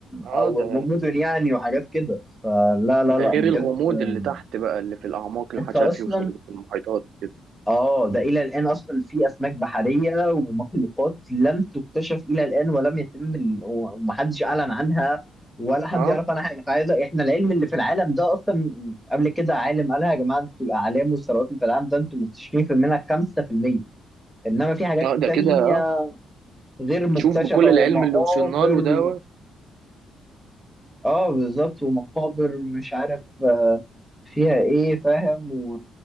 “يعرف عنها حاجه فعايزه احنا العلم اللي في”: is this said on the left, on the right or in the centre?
Centre